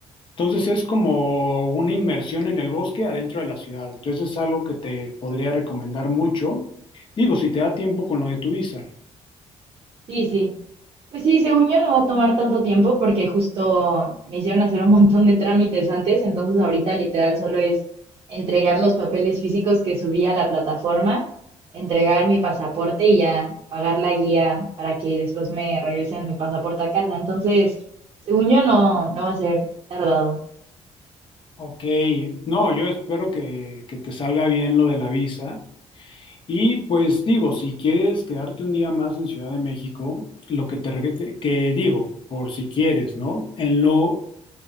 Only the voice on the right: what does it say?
Sí, sí. Pues sí, según yo no va a tomar tanto tiempo porque justo me hicieron hacer un montón de trámites antes, entonces ahorita literal solo es entregar los papeles físicos que subí a la plataforma, entregar mi pasaporte y ya pagar la guía para que después me regresen mi pasaporte a casa. Entonces, según yo no, no va a ser tardado.